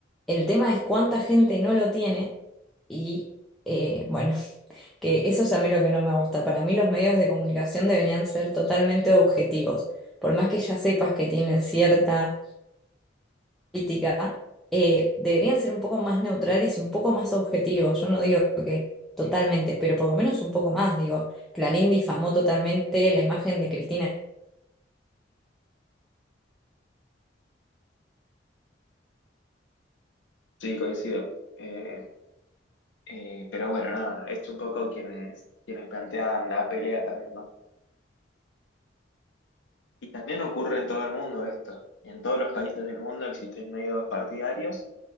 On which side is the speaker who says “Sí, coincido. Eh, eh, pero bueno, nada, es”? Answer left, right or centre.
Left